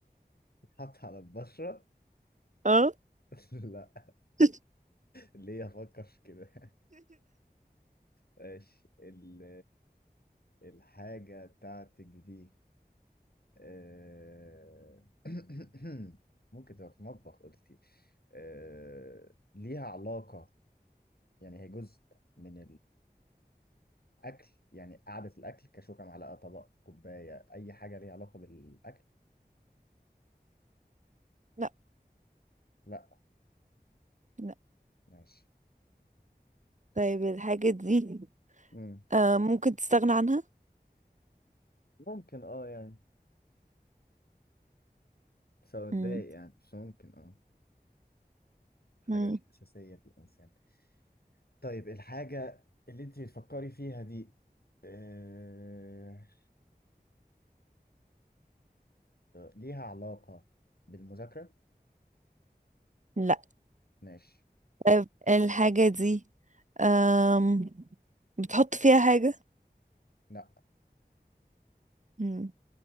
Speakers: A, on the left; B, on the right.
A: بتتحط على البشرة
B: اه
A: <laughs> لا
B: <laughs>
A: ليه أفكر في كده <laughs> ماشي ال الحاجة بتاعتك دي آه، <coughs> <clears throat> ممكن تبقى في المطبخ قلتي آه، ليها علاقة يعني هي جزء من اكل يعني قعده الاكل كشوكه معلقه طبق كوبايه اي حاجه ليها علاقه بالاكل
B: لا
A: لا
B: لا
A: ماشي
B: طيب الحاجة دي
A: مم.
B: آه ممكن تستغنى عنها
A: ممكن اه يعني بس اتضايق
B: مم.
A: يعني بس ممكن اه حاجه
B: مم.
A: مش اساسيه في الانسان طيب الحاجه اللي انت بتفكري فيها دي آه، ليها علاقه بالمذاكره
B: لا
A: ماشي
B: طيب الحاجة دي آم بتحط فيها حاجة
A: لا
B: مم.